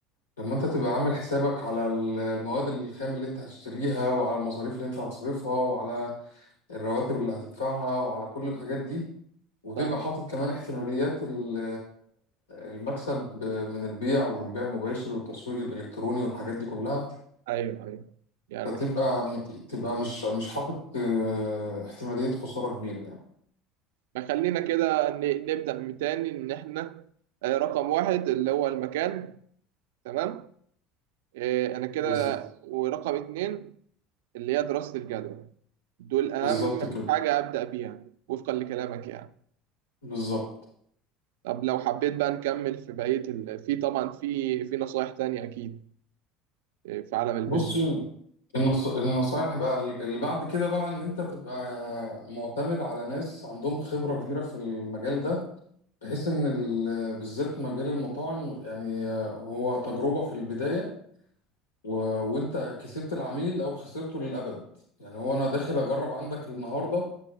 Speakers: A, on the left (about 85°); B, on the right (about 75°).
A: طب ما انت تبقى عامل حسابك على ال- المواد الخام اللي انت هتشتريها وعلى المصاريف اللي انت هتصرفها وعلى الرواتب اللي هتدفعها وعلى كل الحاجات دي وتبقى
B: صح
A: حاطط كمان احتماليات ال- المكسب من البيع والبيع المباشر والتسويق الالكتروني والحاجات دي كلها
B: ايوه ايوه يعني
A: فتبقى تبقى مش مش حاطط اه، احتمالية خسارة كبيرة يعني
B: فخلينا كده ن- نبدأ من تاني ان احنا آه، رقم واحد اللي هو المكان تمام آه، انا كده
A: بالظبط
B: ورقم اتنين اللي هي دراسة الجدوى دول اهم
A: بالظبط كده
B: حاجة أبدأ بيها وفقا لكلامك يعني
A: بالظبط
B: طب لو حبيت بقى نكمل في بقية ال... في طبعا في في نصايح تانية أكيد آه، في عالم البيزنس
A: بص النص... النصايح بقى اللي بعد كده بقى ان انت تبقى معتمد على ناس عندهم خبرة كبيرة في المجال ده بحيث ان ال... بالذات مجال المطاعم يعني هو تجربة في البداية و... وانت كسبت العميل او خسرته للابد يعني هو انا داخل اجرب عندك النهاردة